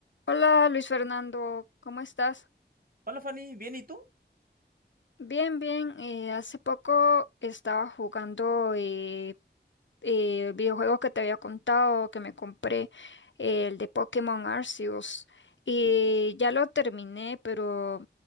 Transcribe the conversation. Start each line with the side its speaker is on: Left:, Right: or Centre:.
Left: Hola Luis Fernando, ¿cómo estás?
Right: Hola Fanny, ¿bien y tú?
Left: Bien, bien. eh, hace poco estaba jugando eh, eh, videojuegos que te había contado, que me compré, eh, el de Pokémon Arceus. Y
Right: Uh,
Left: ya lo terminé, pero